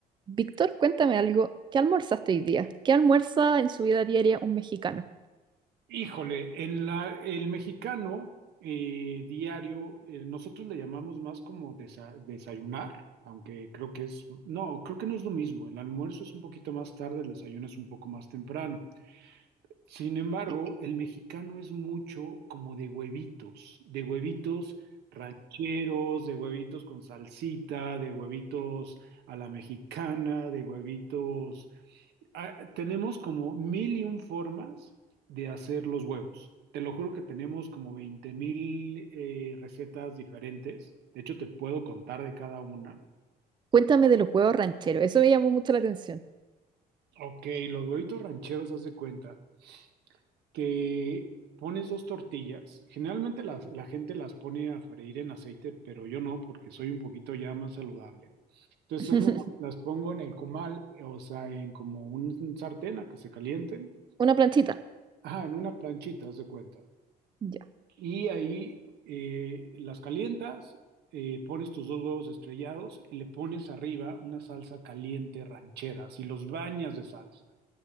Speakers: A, on the right (about 25°); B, on the right (about 75°).
A: Víctor, cuéntame algo. ¿Qué almorzaste hoy día? ¿Qué almuerza en su vida diaria un mexicano?
B: Híjole, en la, el mexicano eh, diario, eh, nosotros le llamamos más como desa- desayunar, aunque creo que es, no, creo que no es lo mismo. El almuerzo es un poquito más tarde, el desayuno es un poco más temprano. Sin embargo,
A: Eh,
B: el mexicano es mucho como de huevitos, de huevitos rancheros, de huevitos con salsita, de huevitos a la mexicana, de huevitos... Ah, tenemos como mil y un formas de hacer los huevos. Te lo juro que tenemos como veinte mil eh, recetas diferentes. De hecho, te puedo contar de cada una.
A: Cuéntame de los huevos rancheros. Eso me llamó mucho la atención.
B: Ok, los huevitos rancheros, haz de cuenta. que pones dos tortillas. Generalmente las- la gente las pone a freír en aceite, pero yo no, porque soy un poquito ya más saludable. Entonces
A: <laughs>
B: solo las pongo en el comal, o sea, en como un sartén a que se calienten.
A: Una planchita.
B: Ajá, en una planchita, haz de cuenta.
A: Ya.
B: Y ahí eh, las calientas, eh, pones tus dos huevos estrellados y le pones arriba una salsa caliente ranchera, y los bañas de salsa.